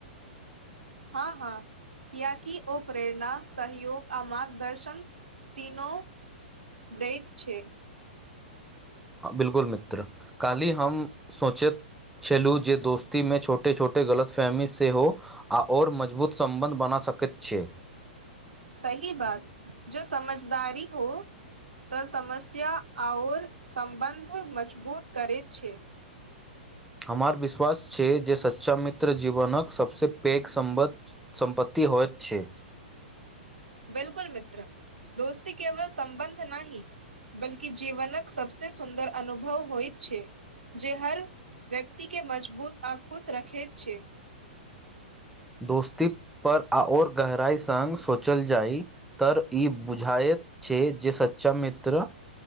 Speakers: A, on the right (about 75°); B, in the centre.
A: हँ हँ, कियैकि ओ प्रेरणा, सहयोग आ मार्गदर्शन तीनों दैत छै।
B: बिल्कुल मित्र काल्हि हम सोचैंत छेलहुँ जे दोस्तीमे छोटे छोटे गलतफहमी सेहो आओर मजबूत सम्बन्ध बना सकैत छै।
A: सही बात, जो समझदारी हो तऽ समस्या आऔर सम्बन्ध मजबूत करैत छै।
B: हमर विश्वास छै जे सच्चा मित्र जीवनक सभसँ पैघ सम्पत सम्पत्ति होइत छै।
A: बिलकुल मित्र दोस्ती केवल सम्बन्ध नहि बल्कि जीवनक सबसे सुन्दर अनुभव होइत छै, जे हर व्यक्ति के मजबूत आ खुश रखैत छै।
B: दोस्ती पर आओर गहराई सङ्ग सोचल जाई तऽर ई बुझाइत छै जे सच्चा मित्र